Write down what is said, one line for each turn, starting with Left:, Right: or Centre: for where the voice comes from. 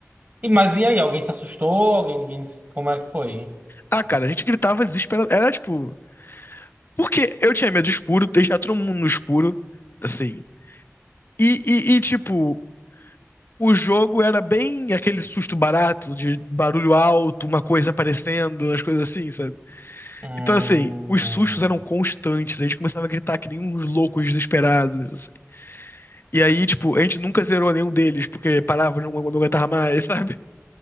Right: E, mas e aí? Alguém se assustou? Alguém, ninguém, como é que foi?
Left: ah, cara, a gente gritava desesperado. Era tipo. Porque eu tinha medo do escuro, deixar todo mundo no escuro, assim. E, e, e, tipo, o jogo era bem aquele susto barato, de barulho alto, uma coisa aparecendo, as coisas assim, sabe?
Right: Hum.
Left: Então, assim, os sustos eram constantes. A gente começava a gritar que nem uns loucos desesperados. assim. E aí, tipo, a gente nunca zerou nenhum deles, porque parava, não, não aguentava mais, sabe?